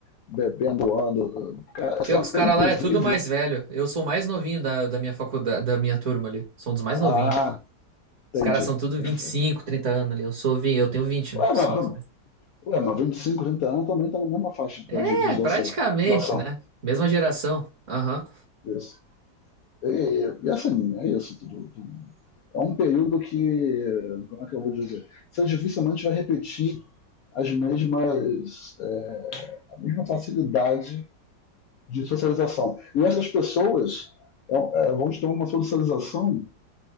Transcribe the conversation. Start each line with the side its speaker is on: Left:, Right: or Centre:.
Left: bebendo, ano, cara, são
Right: Pior que
Left: até
Right: os caras
Left: inclusive.
Right: lá é tudo mais velho. Eu sou o mais novinho da, da minha faculdade, da minha turma ali. Sou um dos mais
Left: Ah,
Right: novinhos.
Left: entendi,
Right: Os caras são tudo
Left: entendi.
Right: vinte e cinco, 30 anos ali. Eu sou, vi- eu tenho 20,
Left: Ué,
Right: né? Sou
Left: mas,
Right: um dos mais...
Left: ué, mas 25, 30 anos também tá na mesma faixa
Right: É,
Left: pra de deslocação.
Right: praticamente,
Left: Deslocação,
Right: né? Mesma geração. Aham.
Left: Isso. E, e, e assim, é isso. Tudo, tudo. É um período que, como é que eu vou dizer? Você dificilmente vai repetir as mesmas é, a mesma facilidade de socialização. E essas pessoas é, é, vão ter uma socialização